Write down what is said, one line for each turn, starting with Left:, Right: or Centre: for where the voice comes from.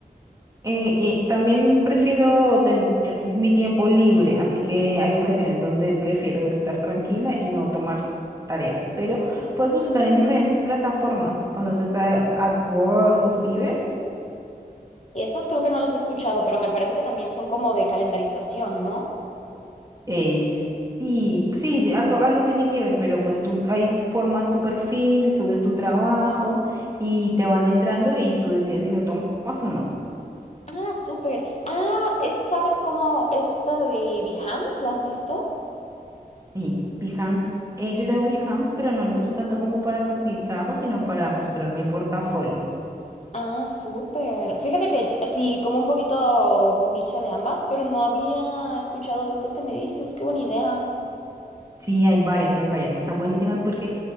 Right: Eh, y también prefiero tener mi tiempo libre, así que hay ocasiones donde prefiero estar tranquila y no tomar tareas, pero puedes buscar en diferentes plataformas. ¿Conoces a Upwork o Fiverr?
Left: Esas creo que no las he escuchado, pero me parece que también son como de calendarización, ¿no?
Right: Eh, sí, sí, de algo, algo tiene que ver, pero pues tú ahí formas tu perfil, subes tu trabajo y te van entrando y tú decides si lo tomas o no.
Left: Ah, súper. Ah, es, ¿sabes cómo esta de Behance? ¿La has visto?
Right: Y Behance, eh, yo tengo Behance, pero no lo uso tanto como para conseguir trabajo, sino para mostrar mi portafolio.
Left: Ah, súper. Fíjate que yo- sí, como un poquito micha de ambas, pero no había escuchado de estas que me dices. Qué buena idea.
Right: Sí, hay varias, hay varias y están buenísimas porque